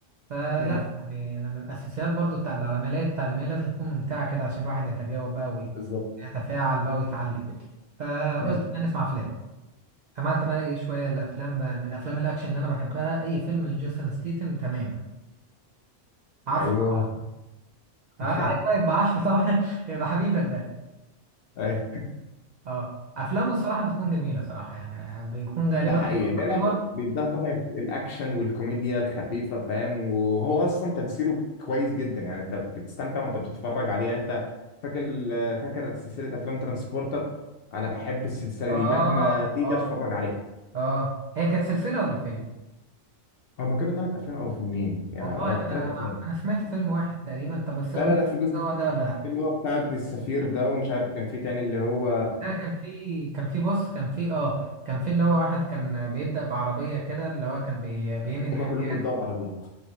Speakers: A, on the right; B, on the left.
A: فلا
B: مم.
A: يعني أنا من الأساسيات برضو بتاع العمليات التعليمية لازم تكون ممتعة كده عشان الواحد يتجاوب بقى
B: بالظبط
A: ويتفاعل بقى ويتعلم فقلت
B: مم.
A: بقى نسمع أفلام سمعت بقى إيه شوية الأفلام بقى من أفلام الأكشن اللي أنا بحبها أي فيلم لجيسون ستيتن تمام عارفه
B: ايوه
A: طبعا أه
B: <laughs>
A: أيوه يبقى عارفه طبعا <laughs> يبقى حبيبك ده
B: أيوة.
A: أه أفلامه الصراحة بتكون جميلة صراحة يعني بيكون غالبا
B: ده حقيقي لان
A: حلوة
B: انا بيديها طبع الاكشن والكوميديا الخفيفه فاهم وهو اصلا تمثيله كويس جدا يعني انت بتستمتع وانت بتتفرج عليه يعني انت فاكر فاكر سلسله افلام ترانسبورتر انا بحب السلسله
A: اه
B: دي مهما تيجي
A: اه
B: اتفرج عليها
A: اه هي كانت سلسلة ولا فيلم؟
B: هما كانوا ثلاث افلام او فيلمين يعني
A: والله
B: اه
A: انا
B: ثلاث افلام
A: انا أنا سمعت فيلم واحد تقريبا طب بس اقول
B: لا لا
A: لك
B: لا في جزء
A: هو ده ولا لا
B: اللي هو بتاع ابن السفير ده ومش عارف كان في تاني اللي هو
A: ده كان في كان في بص كان في اه كان في اللي هو واحد كان بيبدأ بعربية كده اللي هو كان بي... بينقل
B: هما
A: حاجة
B: كلهم بيبدأوا بعربيات